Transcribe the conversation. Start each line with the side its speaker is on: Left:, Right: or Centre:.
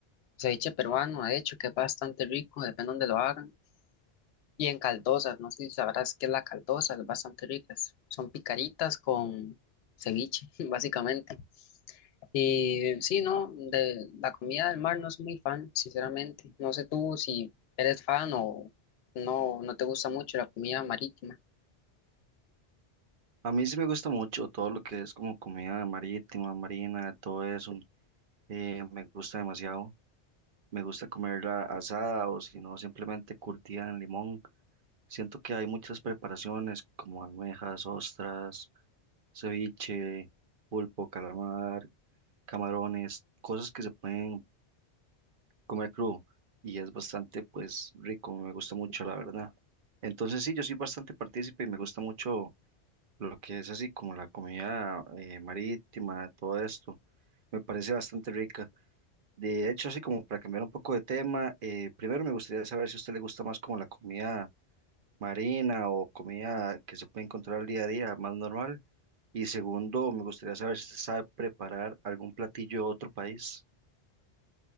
Left: ceviche peruano, de hecho, que es bastante rico, depende donde lo hagan. Y en caldosas, no sé si sabrás qué es la caldosa, es bastante ricas. Son picaritas con ceviche, <laughs> básicamente. Y sí, no, de la comida del mar no soy muy fan, sinceramente. No sé tú si eres fan o no, no te gusta mucho la comida marítima.
Right: A mí sí me gusta mucho todo lo que es como comida marítima, marina, todo eso. eh, me gusta demasiado. Me gusta comerla asada o si no, simplemente curtida en limón. Siento que hay muchas preparaciones como almejas, ostras, ceviche, pulpo, calamar, camarones, cosas que se pueden comer crudo y es bastante pues rico, me gusta mucho la verdad. Entonces sí, yo soy bastante partícipe y me gusta mucho lo que es así como la comida eh, marítima, todo esto. Me parece bastante rica. De hecho, así como para cambiar un poco de tema, eh, primero me gustaría saber si a usted le gusta más como la comida marina o comida que se puede encontrar al día a día, más normal. Y segundo, me gustaría saber si se sabe preparar algún platillo de otro país.